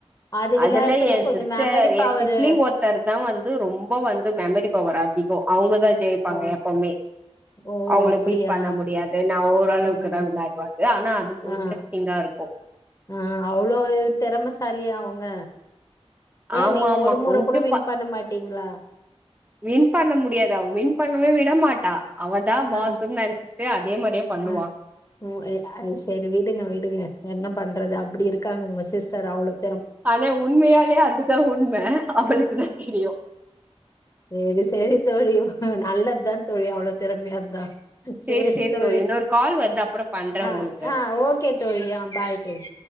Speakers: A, on the left (about 30°); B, on the right (about 15°).
A: அது
B: அதுல
A: விளாட சொல்ல
B: எ
A: கொஞ்சோ
B: சிஸ்டர்
A: மெமரி
B: என்
A: பவரு
B: சிப்லிங் ஒத் தர் தா வந்து ரொம்ப வந்து மெமரி பவர் அதிகோ அவங்கதா ஜெயி ப்பாங்க
A: ஓ
B: எப்போமே
A: ஓ
B: அவங்கள
A: அப்படியா
B: பீட் பண்ண முடியாது நா ஓரளவுக்கு
A: ம்
B: தா விளாடுவ ஆனா அதுவு
A: ஆ
B: இன்ரெஸ்டிங்கா இருக்கும்
A: ஆ அவ்ளோ திறமசாலியா அவங்க ஏ
B: ஆமா
A: நீங்க
B: ஆமா
A: ஒரு முற
B: கொஞ்சோ
A: கூட வின்
B: ப
A: பண்ண மாட்டீங்களா
B: வின் பண்ண முடியாது அவ வின் பண்ணவே விட மாட்டா அவதா
A: ஆ
B: பாஸ்ன்னு நெனைச்சிட்டு அதே மாதிரியே பண்ணுவான்
A: ஆ ம் ஏ ஆ செரி விடுங்க விடுங்க என்ன பண்றது அப்டி இருக்காங்க உங்க சிஸ்டர் அவளுக்
B: ஆனா உண்மையாலே அதுதா உண்ம அவளுக்கு தா தெரியு
A: செரி செரி தோழி நல்லதுஸதா தோழி அவ்ளோ திறமையா இருந்தா
B: சேரி
A: செரி
B: சேரி
A: தோழி
B: இன்னொரு கால் வருது அப்புறோ பண்றே
A: ஆ
B: உங்களுக்கு
A: ஆ ஓக் கே தோழி ஆ பாய் தோழி